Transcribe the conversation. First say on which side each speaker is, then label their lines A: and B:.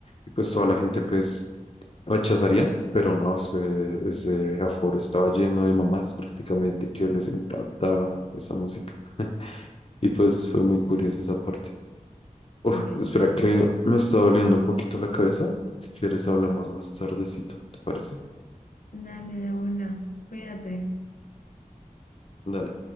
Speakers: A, on the left; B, on the left.
A: y pues toda la gente pues rechazarían, pero no, ese, ese aforo estaba lleno de mamás prácticamente que les encantaba esa música. <laughs> Y pues fue muy curiosa esa parte. Uf,
B: me encanta.
A: espera que me está doliendo un poquito la cabeza. Si quieres hablamos más tardecito, ¿te parece?
B: Dale de una, cuídate.
A: Dale.